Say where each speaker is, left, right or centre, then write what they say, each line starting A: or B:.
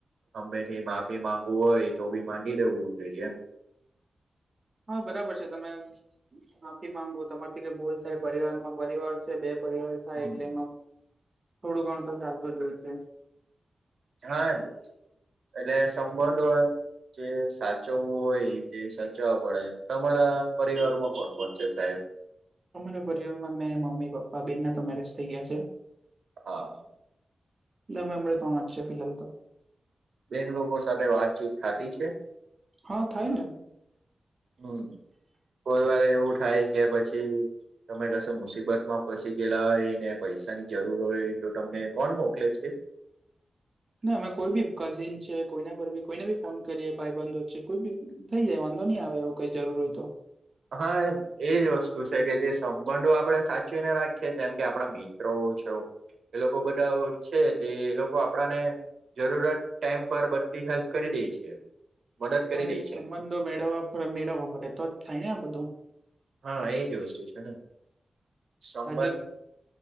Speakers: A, on the right; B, on the right.
A: હામે થી માફી માંગવું હોય તો બી માંગી દેવું જોઈએ એમ.
B: હા બરાબર છે તમે. માફી માંગવુ તમારીથી કે ભૂલ થઈ પરિવાર માં પરિવાર છે બે પરિવાર થાય
A: હમ.
B: એટલે એમાં થોડું ઘણું તો ચાલતું જ હોય છે.
A: હા એમ એટલે સંબંધ હોય જે સાચવવું હોય તે સાચવવા પડે તમારા પરિવારમાં કોણ કોણ છે સાહેબ?
B: અમારા પરિવારમાં મેં મમ્મી પપ્પા બેના તો મેરેજ થઈ ગયા છે.
A: હા.
B: એટલે અમે હમણા તોણ જ છે ફિલાહાલ તો
A: બેન લોકો સાથે વાતચીત થાતી છે.
B: હા થાય ને
A: હમ્ કોઈ વાર એવું થાય કે પછી તમે કસે મુસીબત માં ફસી ગયેલા હોય ને પૈસાની જરૂર હોય તો તમને કોણ મોકલે છે?
B: ના અમે કોઈ બી કઝિન છે કોઈના પર બી કોઈને બી ફોન કરીએ ભાઈબંધો છે કોઈ બી થઈ જાય વાંધો ની આવે એવું કઈ જરૂર હોય તો
A: હા એ એજ વસ્તુ છે કે જે સંબંધો આપડે સાચવીને રાખીએ જેમ કે આપડા મિત્રો છો એ લોકો બધા છે તે લોકો આપડાને જરૂરત ટાઈમ પર બધી હેલ્પ કરી દેય છે. મદદ કરી
B: હા
A: દે
B: એ
A: છે
B: સંબંધો મેળવવા મેળવવા પડે તો જ થાય ને આ બધું
A: હા એ જ વસ્તુ છે ને સંબંધ
B: આજે